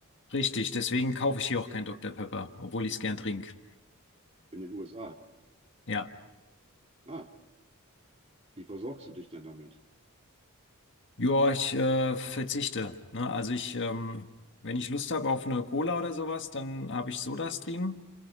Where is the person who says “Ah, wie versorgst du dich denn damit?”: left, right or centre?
Right